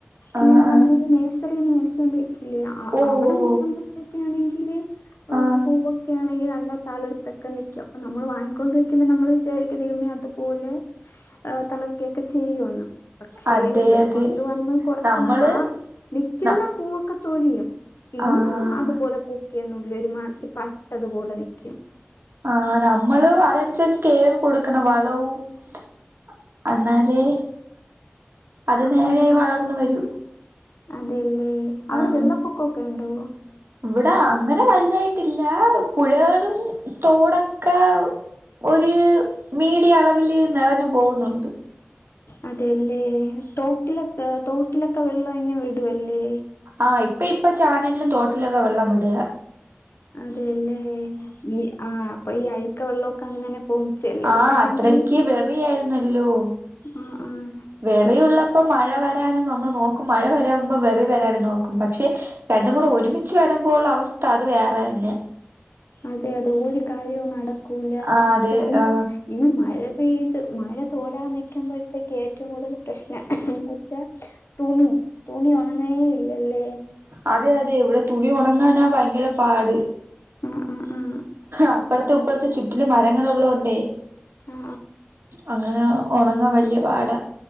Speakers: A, on the right; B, on the left.
A: ആഹ്
B: ഇങ്ങനെ
A: ആഹ്
B: നമ്മള് ഈ നഴ്സറിന്ന് മേടിച്ചുകൊണ്ട് വെ ഇല്ല ആഹ്,
A: ഓഹ് ഓഹ്
B: ആഹ് അവിടെ നിക്കുമ്പഴത്തേക്കാണെങ്കില് ഏഹ്
A: ഓഹ് ആഹ്
B: പോവ് ക്കെണെങ്കിൽ നല്ല തളിർത്തക്കെ നിക്കും അപ്പൊ നമ്മൾ വാങ്ങിക്കൊണ്ട് വയ്ക്കുമ്പോ നമ്മള് വിചാരിക്കും ദൈവമേ അതുപോലെ ആഹ് തളിർക്കെക്ക ചെയ്യോന്ന് പക്ഷേ
A: അതെ
B: ഇവിടെ
A: അതെ
B: കൊണ്ടുവന്ന് കുറച്ച്
A: നമ്മള്
B: നാൾ ആ നിക്ക്‌ന്ന
A: ന
B: പൂവൊക്ക തൊഴിയും പിന്നെ
A: ആഹ്
B: അതുപോലെ പൂക്കെയൊന്നുല്ല ഒരു മാതിരി പട്ടതുപോലെ നിക്കും.
A: ആ നമ്മളു അതനുസരിച്ച് കെയർ കൊടുക്കണം വളവും അപ്പം അന്നാലേ അത്
B: ആ
A: നേരായി
B: ഞാൻ
A: വളർന്ന്‌ വരൂ.
B: അതെല്ലേ അവിടെ
A: ആഹ്
B: വെള്ളപ്പൊക്കൊക്കെ ഉണ്ടോ?
A: ഇവിടെ അങ്ങനെ വലുതായിട്ടില്ലാ പുഴകളും തോടൊക്ക ഒര് മീഡിയ അളവില് നെറഞ്ഞു പോവുന്നുണ്ട്.
B: അതെയല്ലേ തോട്ടിലൊക്കെ, തോട്ടിലൊക്ക വെള്ളം ഇങ്ങ് വിടുഅല്ലേ.
A: ആഹ് ഇപ്പ, ഇപ്പ ചാനലിലും തോട്ടിലൊക്കെ വെള്ളം വിട്
B: അതെല്ലേ ഈ ആ അപ്പൊ ഈ അഴുക്ക വെള്ളോക്ക അങ്ങനെ പോകും ചിലടത്താണെങ്കി
A: ആഹ് അത്രക്ക് വെറിയായിരുന്നല്ലോ.
B: ആഹ്, ആഹ്
A: വെറിയുള്ളപ്പം മഴ വ രാനും നമ്മള് നോക്കും, മഴ വരാമ്പോ വെറി വരാനും നോക്കും. പക്ഷെ രണ്ടും കൂടെ ഒരുമിച്ച് വര മ്പോള്ള അവസ്ഥ അത് വേറെന്നെ.
B: അതെ, അതെ ഒരു കാര്യോം നടക്കൂല.
A: ആ അതെ
B: തൊണി
A: ആ
B: ഇനി മഴ പെയ്ത് മഴ തോരാ നിക്കുമ്പഴ്ത്തേക്ക് ഏറ്റോം കൂടുതൽ പ്രശ്ന എന്ന് വെച്ചാ തുണി തുണി ഒണങ്ങെ ഇല്ലല്ലേ.
A: അതെ, അതെ ഇവിടെ തുണി ഒണങ്ങാനാ ഭയങ്കര പാട്.
B: ആഹ്, ആഹ്, ആഹ്
A: അപ്പറത്തു ഇപ്പറത്തു ചുറ്റില് മരങ്ങള് ഉള്ളോണ്ടെ
B: ആ
A: അങ്ങന ഒണങ്ങാൻ വല്ല്യ പാടാ.